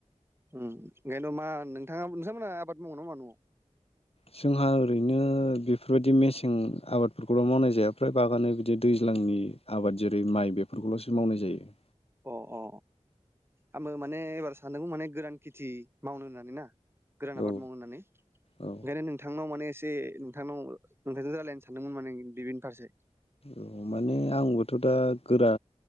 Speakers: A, on the right; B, on the left.
A: उम ओंखायनोथ' मा नोंथाङा नोंथांमोनहा आबाद मावो ना मावा न'आव?
B: जोंहा ओरैनो बेफोरबायदि मेसें आबादफोरखौल' मावनाय जाया फ्राय बागानो बिदि दैज्लांनि आबाद जेरै माइ बेफोरखौल'सो मावनाय जायो ।
A: अ अ। आंबो माने ए। सानदोंमोन माने गोरान खेथि मावनो होननानै ना। गोरान आबाद
B: औ
A: मावनो होननानै
B: औ
A: ओंखायनो नोंथांनाव माने। एसे नोंथांनाव नोंथांजों रायज्लायनो सानदोंमोन माने बिबिनि फारसे।
B: औ माने आंबोथ दा गोरा